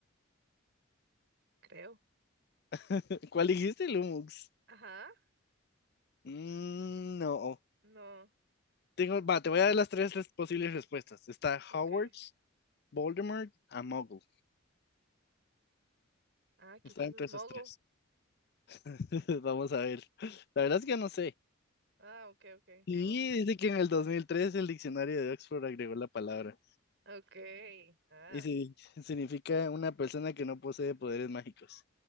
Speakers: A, on the right; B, on the left.
A: creo.
B: <laughs> ¿Cuál dijiste, Lumux?
A: Ajá,
B: Mm, no.
A: no,
B: Tengo, va, te voy a dar las tres res- posibles respuestas. Está
A: ok.
B: Hogwarts, Voldemort, a Muggle.
A: Ah, quizás
B: Está entre
A: es Mogo.
B: esas tres. <laughs> Vamos a ver. La verdad es que no sé.
A: Ah, ok, ok.
B: Sí,
A: vamos.
B: dice que en el 2003 el diccionario de Oxford agregó la palabra.
A: Ok, ah,
B: Y sí, significa una persona que no posee poderes mágicos.